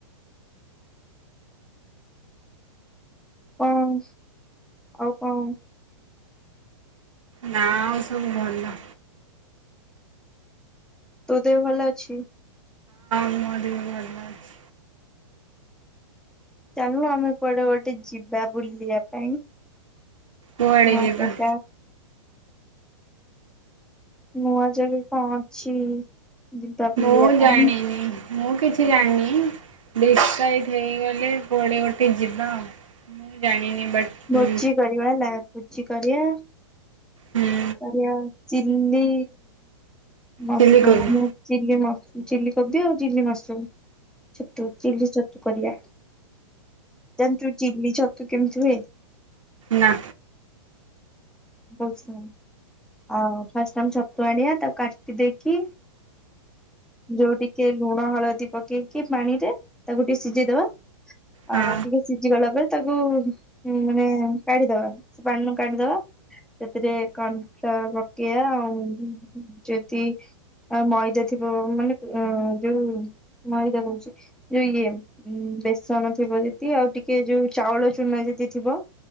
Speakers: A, in the centre; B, on the right.
A: କଣ ଆଉ କଣ?
B: ନା ଆଉ ସବୁ ଭଲ।
A: ତୋ ଦେହ ଭଲ ଅଛି?
B: ମୋ ଦେହ ଭଲ ଅଛି।
A: ଚାଲୁନୁ ଆମେ କୁଆଡେ ଗୋଟେ ଯିବା ବୁଲିବା ପାଇଁ।
B: କୁଆଡ଼େ
A: ନୂଆ
B: ଯିବା?
A: ଜାଗା ନୂଆ ଜାଗା କଣ ଅଛି? ଯିବା ବୁଲିବା
B: ମୁଁ
A: ପାଇଁ
B: ଜାଣିନି। ମୁଁ କିଛି ଜାଣିନି ଡିଶାଇଡ ହେଇଗଲେ କୁଆଡେ ଗୋଟେ ଯିବା ଆଉ। ମୁଁ ଜାଣିନି ବଟ୍
A: ଭୋଜି
B: ହୁଁ
A: କରିବା ହେଲା ଭୋଜି କରିବା
B: ହୁଁ
A: କରିବା ଆଉ ଚିଲ୍ଲି ମସ୍ରୁମ
B: ଚିଲିକୋବି
A: ଆମେ ଚିଲ୍ଲି ମସୃ ଚିଲ୍ଲି କୋବି ଆଉ ଚିଲ୍ଲି ମସ୍ରୁମ୍। ଛତୁ ଚିଲି ଛତୁ କରିଆ। ଜାଣିଛୁ ଚିଲି ଛତୁ କେମିତି ହୁଏ?
B: ନା।
A: ହଉ ଶୁଣୁ, ଆଉ ଫାଷ୍ଟ ଆମେ ଛତୁ ଆଣିଆ ତାକୁ କାଟି ଦେଇକି ଯୋଉ ଟିକେ ଲୁଣ ହଳଦୀ ପକେଇକି ପାଣିରେ ତାକୁ ଟିକେ ସିଝେଇଦବା ଆ
B: ହଁ
A: ଟିକେ ସିଝିଗଲା ପରେ ତାକୁ ଉଁ ମାନେ କାଢିଦବା ସେ ପାଣିରୁ କାଢିଦବା ସେଥିରେ କନଫ୍ଲାୱାର ପକେଇବା ଆଉ ଯଦି ଅ ମଇଦା ଥିବ ମାନେ ଅ ଯୋଉ ମଇଦା କହୁଛି ଯୋଉ ଇଏ ବେସନ ଥିବ ଯଦି ଆଉ ଟିକେ ଯୋଉ ଚାଉଳ ଚୁନା ଯଦି ଥିବ